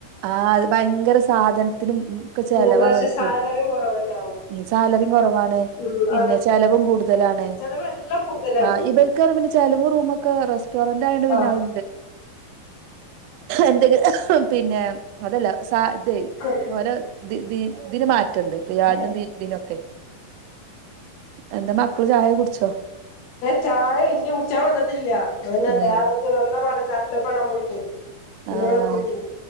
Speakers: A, on the right; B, on the left.
A: ആഹ് അത് ഭയങ്കര സാധൻത്തിനും ഒക്കെ ചെലവാണോൽക്ക്
B: കൂടുതൽ പക്ഷെ സാലറിയും കുറവന്നെ ആവും
A: ഉം സാലറിം കൊർവാണ്
B: ഉം
A: പിന്നെ
B: ആണ്
A: ചെലവും കൂട്തലാണ്
B: ചെലവെല്ലാം കൂടുതലാണ്
A: ആഹ് ഇവർക്കർഞ്ഞ പിന്നെ ചെലവും റൂമൊക്കെ റെസ്റ്റോറന്റ് ആയണ്ട് പിന്നെ
B: ആഹ്
A: അത എന്തെ പിന്നെ അതല്ല സ ഇത
B: കുക്കറ്
A: ഓരോ തി തീ ഇതിന് മാറ്റണ്ട് റിയാലിനും
B: ഏഹ്
A: തീ തി നൊക്കെ എന്താ മക്കള് ചായ കുടിച്ചോ
B: ചായ ഇല്ല കുട്ച്ചാ വന്നിട്ടില്ല അയ്ഞ്ഞർ
A: ഉം
B: ഞ്ഞെ <unintelligible> വന്ന പാടന്നെ ലാപ്ടോപ്പ് കാണാൻ പോയിട്ട് പിന്നെ
A: ആഹ്
B: ഇവടെ എത്തിട്ടേ